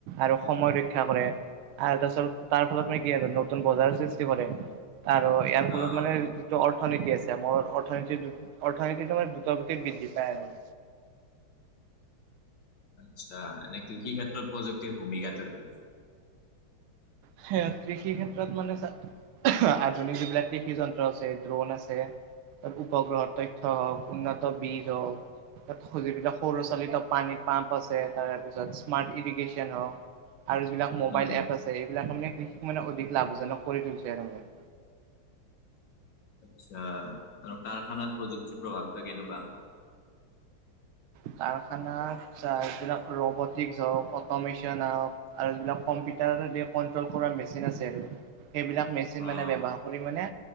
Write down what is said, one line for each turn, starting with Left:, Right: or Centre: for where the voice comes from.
Right: আৰু সময় ৰক্ষা কৰে। আৰু তাৰপাছত তাৰ ফলত কি আৰু নতুন বজাৰ সৃষ্টি কৰে, আৰু ইয়াৰ
Left: অ',
Right: ফলত মানে যিটো অৰ্থনীতি আছে, মোৰ অৰ্থনীতি অৰ্থনিতিটো মানে দ্ৰুত গতিত বৃদ্ধি পায় আৰু।
Left: আচ্ছা, এনে কৃষি ক্ষেত্ৰত প্ৰযুক্তিৰ ভূমিকাটো কি?
Right: বেয়া কৃষি ক্ষেত্ৰত মানে চাহ অহ আধুনিক যুগ যিবিলাক কৃষি যন্ত্ৰ আছে, ড্ৰোন আছে উপগ্ৰহৰ তথ্য হওঁক, উন্নত বীজ হওঁক যিবিলাক সৰুলৰাচালিত পানী পাম্প আছে, তাৰপিছত স্মাৰ্ট ইৰিগেশ্যন হওঁক আৰু যিবিলাক মোবাইল
Left: উম,
Right: এপ আছে, এইবিলাক মানে কৃষিত মানে অধিক লাভ জনক কৰি তুলিছে, আৰু তাৰ মানে।
Left: আচ্ছা, আৰু কাৰখানাত প্ৰযুক্তিৰ প্ৰভাৱটো কেনেকুৱা? <unintelligible>
Right: কাৰখানা চাহ এই বিলাক ৰবটিক হওঁক, অটমেচন হওঁক আৰু কম্পিউটাৰ ক্ৰট্ৰল কৰা মেচিন আছে আৰু সেইবিলাক মেচিন মেচিন
Left: অ',
Right: মানে ব্যৱহাৰ কৰি মানে